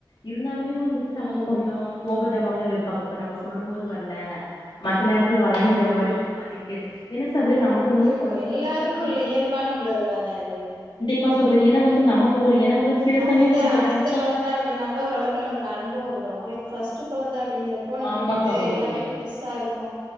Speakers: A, on the left; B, on the right.
A: இருந்தாலுமே வந்துட் டு நமக்கு
B: ம்
A: கொஞ்சோ கோபதபங்கள் இருக்கு அப்பப்ப நம்ம சொல்லும் போது வர்ல மத்த நேரத்துல வராங்கங்ற
B: ஆமா
A: மாரி ஒரு மாரி இருக்கு என்ன சகோ நமக்கு வந்து
B: இருக்கூ
A: கொழந்த
B: எல்லாருக்கூ
A: வந்து ஆ
B: உள்ள இயல்பான உள்ளதுதான அது
A: ஆமா சகோதிரி ஏனா வந்து நமக்கு ஒரு இன வந்து சில
B: அது
A: சமயம்
B: வந்து
A: பாத்தீங்கன்னா
B: அடுத்த கொழந்த அப்டின்னா கூட ஓரளவுக்கு நம்மளுக்கு அனுப வந்துரு இது ஃபர்ஸ்ட்டு கொழந்த அப்டிங்கற இப்போ நம்ளுக்கு
A: ஆமா
B: வந்து
A: சகோதரி
B: எல்லாமே புதுசா இருக்கு